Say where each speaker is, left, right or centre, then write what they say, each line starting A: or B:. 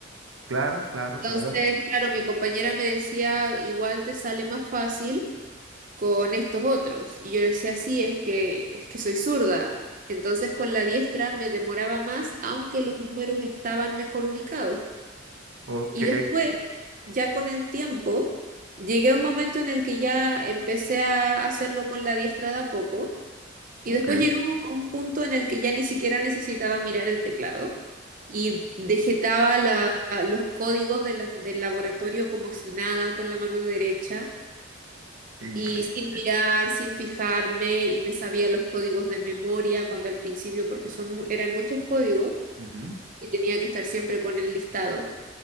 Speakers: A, on the right; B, on the right.
A: claro, claro,
B: Entonces,
A: claro.
B: claro, mi compañera me decía, igual te sale más fácil con estos otros. Y yo le decía, sí, es que, es que soy zurda. Entonces con la diestra me demoraba más, aunque los números estaban mejor ubicados.
A: Ok,
B: Y después, ya con el tiempo, llegué a un momento en el que ya empecé a hacerlo con la diestra de a poco. Y
A: ok,
B: después llegué a un a un punto en el que ya ni siquiera necesitaba mirar el teclado y dejetaba la- los códigos de los- del laboratorio como si nada con la mano derecha
A: increíble.
B: y sin mirar, sin fijarme, y me sabía los códigos de memoria cuando al principio, porque son, mu- eran muchos códigos
A: ujú.
B: y tenía que estar siempre con el listado.